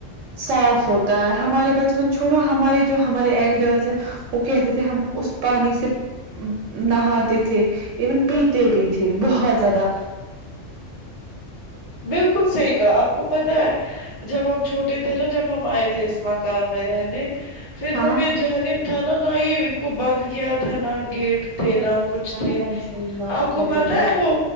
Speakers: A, on the right; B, on the left.
A: صاف ہوتا ہے ہمارے بچپن چھوڑو ہمارے جو ہمارے ایلڈرز وہ کہتے تھے ہم اس پانی سے نہاتے تھے ایون پیتے بھی تھے بہت زیادہ
B: بلکل صحیح کہا آپ کو پتا ہے جب ہم چھوٹے تھے نا جب ہم آئے تھے مکان میں رہنے پھر جب
A: ہاں
B: یہ جھلم تھا نا نہ ہی کو بند کیا تھا نہ گیٹ تھے
A: کلرس
B: نہ کچھ
A: لائے
B: تھے
A: پینسلز لائے
B: آپ
A: کاپی
B: کو پتا
A: لائے
B: ہے وہ